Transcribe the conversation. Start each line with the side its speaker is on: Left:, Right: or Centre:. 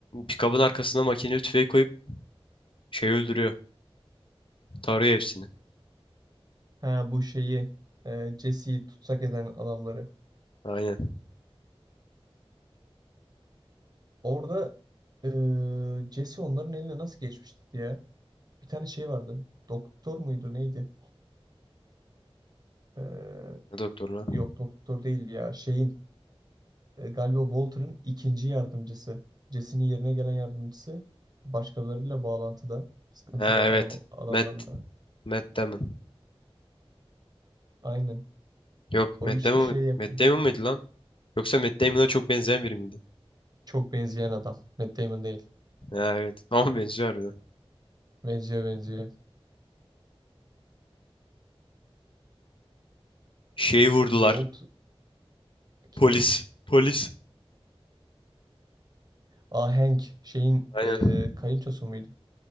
Left: pikabın arkasına makineli tüfeği koyup şey öldürüyor. Tarıyor hepsini.
Right: Ha bu şeyi e, Jesse'yi tutsak eden adamları.
Left: Aynen.
Right: Orada e, Jesse onların eline nasıl geçmişti ya? Bir tane şey vardı. Doktor muydu neydi? Ee,
Left: Ne doktor lan?
Right: yok doktor değil ya. Şeyin e, galiba Walter'ın ikinci yardımcısı. Jesse'nin yerine gelen yardımcısı. Başkalarıyla bağlantıda. Sıkıntılı
Left: Ha evet.
Right: alam- adamlarla.
Left: Matt. Matt Damon.
Right: Aynen.
Left: Yok
Right: O
Left: Matt
Right: işte
Left: Damon,
Right: şey yapıyor.
Left: Matt Damon mıydı lan? Yoksa Matt Damon'a çok benzeyen biri miydi?
Right: Çok benzeyen adam. Matt Damon değil.
Left: Ha evet. Ama benziyor harbiden.
Right: Benziyor benziyor.
Left: Şeyi vurdular.
Right: Walt kimi?
Left: Polis. Polis.
Right: Aa Hank. Şeyin
Left: Aynen.
Right: e, kayınçosu muydu?